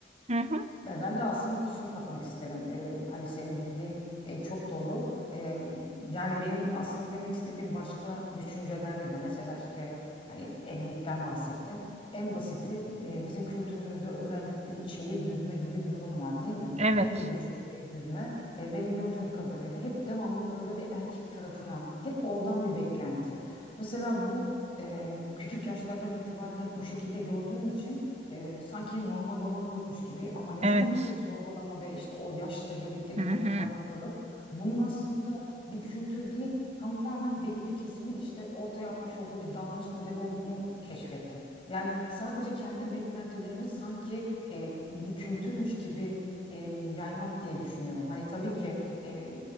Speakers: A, on the right (about 40°); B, on the left (about 30°).
A: hı hı,
B: Ve Ben de aslında şunu katmak isterim. Ee, hani senin dediğin e, çok doğru. Ee, yani benim aslında demek istediğim başka düşüncelerde de mesela işte hani evlilikten bahsettin. En basiti e, bizim kültürümüzde özellikle bir çeyiz düzme gibi bir durum var değil mi?
A: evet
B: Nedir bu çeyiz düzme? Ee, benim gördüğüm kadarıyla hep devamlı böyle bir erkek tarafına hep oradan bir beklenti. Mesela bu e, küçük yaşlardan itibaren hep bu şekilde gördüğüm için e, sanki normal olan buymuş gibi ama ne
A: evet
B: zaman ki sorgulama ve işte o yaşla birlikte gelen
A: hı hı,
B: bir farkındalık bunun aslında bir kültür değil tamamen belli bir kesimin işte ortaya atmış olduğu bir davranış modeli olduğunu keşfettin. Yani sadece kendi beklentilerini sanki e, bir kültürmüş gibi e, yaymak diye düşünüyorum. Hani tabii ki e,